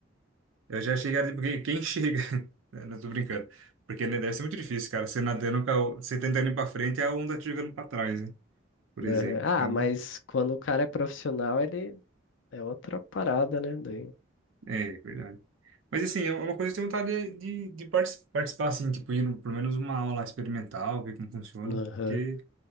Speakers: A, on the right (about 85°); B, on the left (about 65°).
A: Eu já cheguei, a- porque quem quem chega, <laughs> né? não tô brincando. Porque né, deve ser muito difícil, cara, você nadando, com a on- você tentando ir pra frente e a onda te jogando pra trás, né? por
B: Uhum.
A: exemplo.
B: Ah,
A: Então,
B: mas quando o cara é profissional, ele é outra parada, né? Daí-
A: é é verdade. Mas assim, é uma coisa que eu tenho vontade de, de, de partic- participar, assim, tipo, ir no- pelo menos uma aula experimental, ver como funciona.
B: Aham.
A: Porque